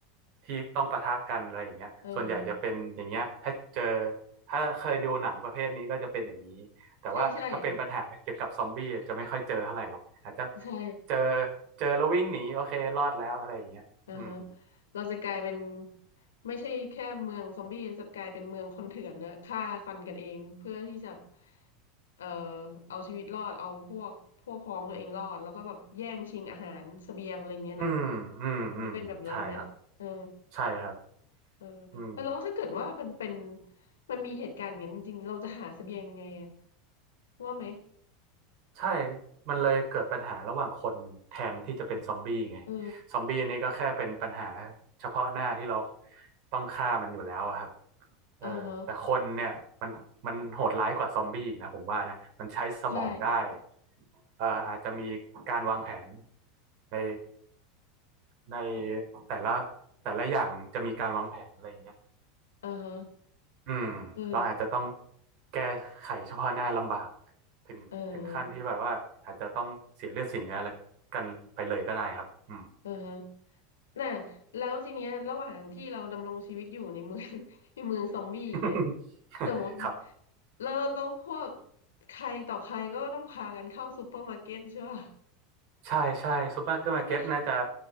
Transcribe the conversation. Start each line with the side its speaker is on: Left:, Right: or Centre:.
Right: ที่ต้องปะทะกันอะไรอย่างเงี้ยส่วนใหญ่จะเป็นอย่างเงี้ยถ้าเจอ
Left: เออ
Right: ถ้าเคยดูหนังประเภทนี้ก็จะเป็นอย่างนี้แต่ว่าถ้าเป็นปัญหาเกี่ยวกับซอมบี้อะจะไม่ค่อยเจอเท่าไหร่หรอกอาจจะ
Left: ใช่ใช่ใช่
Right: เจอเจอแล้ววิ่งหนีโอเครอดแล้วอะไรอย่างเงี้ยอืม
Left: อ่าฮะเราจะกลายเป็นไม่ใช่แค่เมืองซอมบี้จะกลายเป็นเมืองคนเถื่อนนะฆ่าฟันกันเองเพื่อที่จะเอ่อเอาชีวิตรอดเอาพวกพวกพ้องตัวเองรอดแล้วก็แบบแย่งชิงอาหารเสบียงอะไรเงี้ยเนาะ
Right: อืมอืมอืมใช่ครับ
Left: มันจะเป็นแบบนั้นไหมเออ
Right: ใช่ครับ
Left: เออ
Right: อืม
Left: แล้วถ้าเกิดว่ามันเป็น มันมีเหตุการณ์อย่างนั้นจริงๆเราจะหาเสบียงไงอะว่าไหม
Right: ใช่มันเลยเกิดปัญหาระหว่างคนแทนที่จะเป็นซอมบี้ไง
Left: เออ
Right: ซอมบี้นี่ก็แค่เป็นปัญหาเฉพาะหน้าที่เราต้องฆ่ามันอยู่แล้วอะครับเออแต่คนเนี่ยมันมันโหดร้ายกว่าซอมบี้อีกนะผมว่านะมันใช้สมองได้
Left: เออฮะ ใช่
Right: เอ่ออาจจะมีการวางแผนในในแต่ละแต่ละอย่างจะมีการวางแผนอะไรอย่างเงี้ย
Left: เออฮะ
Right: อืมเราอาจจะต้อง
Left: เออ
Right: แก้ไขเฉพาะหน้าลำบากถึงถึงขั้นที่แบบว่าอาจจะต้องเสียเลือดเสียเนื้อแล้วกันไปเลยก็ได้ครับอืม
Left: เออเออฮะน่ะแล้วทีเนี้ยระหว่างที่เราดำรงชีวิตอยู่ในเมือง <laughs> ในเมืองซอมบี้อย่างเงี้ย
Right: <laughs>
Left: สมมติ
Right: ครับ
Left: แล้วแล้วพวกใครต่อใครก็ต้องพากันเข้าซูเปอร์มาร์เก็ตใช่ป่ะ
Right: ใช่ใช่ซูเปอร์มาร์เก็ตน่าจะ
Left: แล้ว